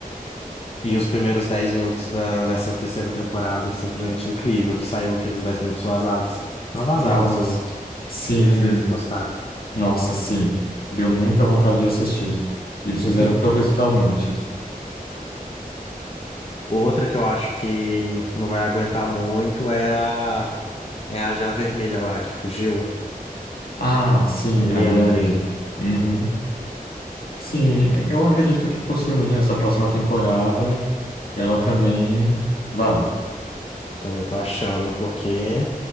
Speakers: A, on the left (about 40°); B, on the left (about 80°).
A: E os primeiros 10 minutos da, dessa terceira temporada, simplesmente incrível, que saiu aqueles 10 minutos vazados. Não vazados,
B: Nossa,
A: o-
B: sim,
A: eles mesmos postaram.
B: nossa, sim. Deu muita vontade de assistir. Eles fizeram
A: <laughs>
B: propositalmente.
A: Outra que eu acho que não vai aguentar muito é a é a já vermelha lá que fugiu,
B: Ah, sim,
A: a Leandrin.
B: a Liandrin. Uhum.
A: Hum,
B: Sim, é, eu acredito que possivelmente nessa próxima temporada ela também vai,
A: Também tô achando, porque